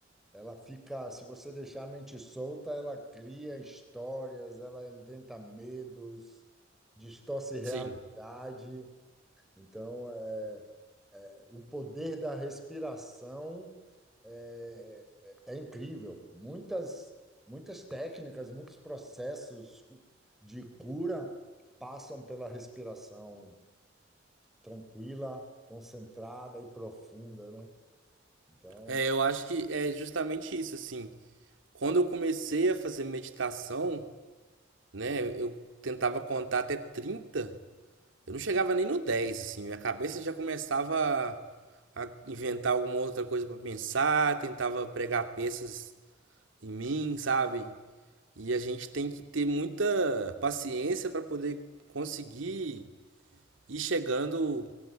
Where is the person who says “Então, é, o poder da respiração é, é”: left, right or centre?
Centre